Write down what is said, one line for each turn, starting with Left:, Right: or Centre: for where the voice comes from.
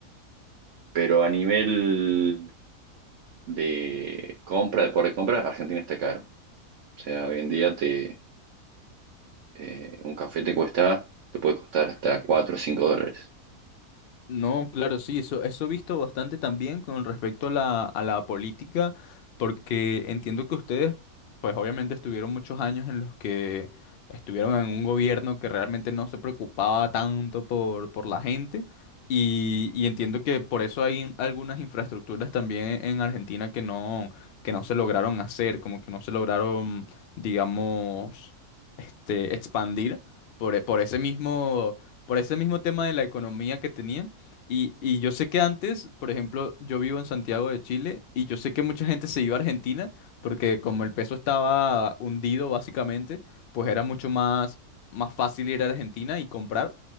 Right: pero a nivel de compra, de poder de compra, Argentina está caro. O sea, hoy en día te, eh, un café te cuesta, te puede costar hasta 4 o cinco dólares.
Left: No, claro, sí, eso, eso he visto bastante también con respecto a la, a la política, porque entiendo que ustedes, pues obviamente estuvieron muchos años en los que estuvieron en un gobierno que realmente no se preocupaba tanto por, por la gente, y, y entiendo que por eso hay algunas infraestructuras también en Argentina que no, que no se lograron hacer, como que no se lograron, digamos, este, expandir por, por ese mismo, por ese mismo tema de la economía que tenían. Y, y yo sé que antes, por ejemplo, yo vivo en Santiago de Chile y yo sé que mucha gente se iba a Argentina porque como el peso estaba hundido básicamente, pues era mucho más, más fácil ir a Argentina y comprar.